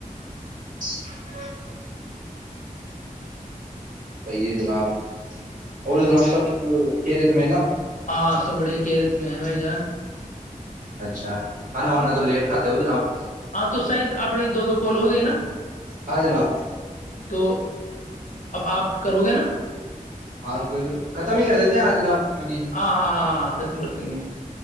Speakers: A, on the right; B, on the left.
A: <inaudible> صحی ہے جناب اور جناب سب کھی رہے تم نا
B: ہاں سب بڑھیا کہ رہے تمہ ہے بھائی جان
A: اچھا کھانا وانا تو لیٹ کاتے ہو جو نا آپ
B: ہاں تو ساید اپنی دو دو کال ہو گی نا
A: ہاں جناب
B: تو اب آپ کرو گے نا
A: ہاں ختم ہی کر دیتے ہیں آج نب کیکہ
B: ہاں ہاں ہاں ہاں ختم کر دیں گے